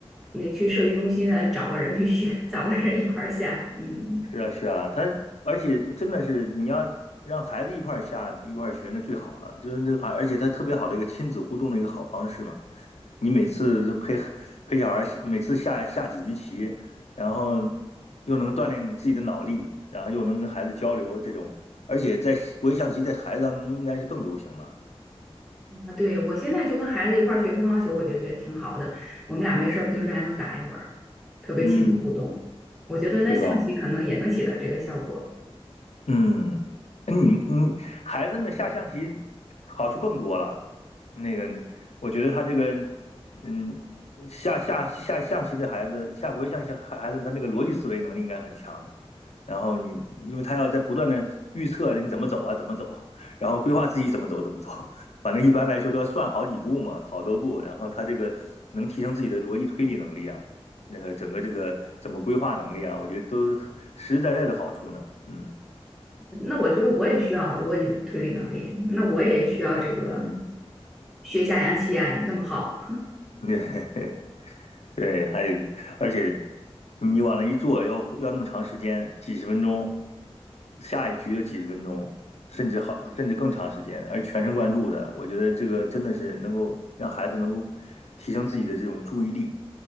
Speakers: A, in the centre; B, on the left.
A: 那去社区中心来找个人去学，找个人一块儿下。嗯，
B: 是啊，是啊，他而且真的是你要让孩子一块儿下一块儿学，那最好了。就是那而且他特别好的一个亲子互动的一个好方式嘛。你每次就陪陪小孩儿，每次下下几局棋，然后又能锻炼自己的脑力，然后又能跟孩子交流，这种而且在国际象棋在孩子当中应该是更流行吧。
A: 啊，对，我现在就跟孩子一块儿学乒乓球，我就觉得挺好的。我们俩没事儿，平时还能打一会儿，特别亲子互动。
B: 嗯，
A: 我觉得那象棋可能也能起到这个效果。
B: 是吧？嗯，哎你你孩子呢下象棋好处更多了。那个，我觉得他这个，嗯，下下下象棋的孩子，下国际象棋孩孩子，他那个逻辑思维能力应该很强。然后你，因为他要在不断的预测你怎么走啊，怎么走，然后规划自己怎么走，怎么走。反正一般来说都要算好几步嘛，好多步。然后他这个能提升自己的逻辑推理能力啊，那个整个这个怎么规划能力啊，我觉得都是实实在在的好处呢。嗯。
A: 那我觉得我也需要逻辑推理能力，那我也需要这个学下象棋啊，那么好，
B: 对 <laughs> 对，还有，而且你往那一坐，要要那么长时间，几十分钟，下一局的几十分钟，甚至好，甚至更长时间，而全神贯注的，我觉得这个真的是能够让孩子能够提升自己的这种注意力，